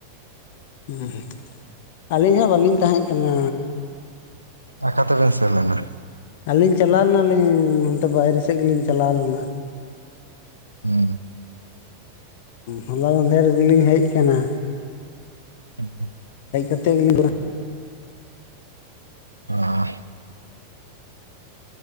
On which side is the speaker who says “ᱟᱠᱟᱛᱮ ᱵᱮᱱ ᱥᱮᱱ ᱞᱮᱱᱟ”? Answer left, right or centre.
Right